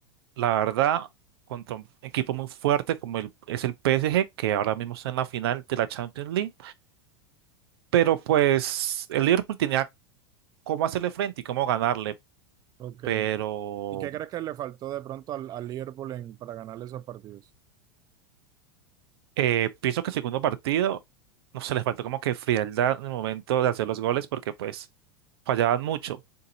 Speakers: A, on the right; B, on the right.
A: la verdad, contra un equipo muy fuerte como el, es el PSG, que ahora mismo está en la final de la Champions League, pero pues el Liverpool tenía cómo hacerle frente y cómo ganarle.
B: ok.
A: pero
B: ¿Y qué crees que le faltó de pronto al, al Liverpool en- para ganarle esos partidos?
A: eh, pienso que el segundo partido, no se les faltó como que frialdad en el momento de hacer los goles porque pues fallaban mucho.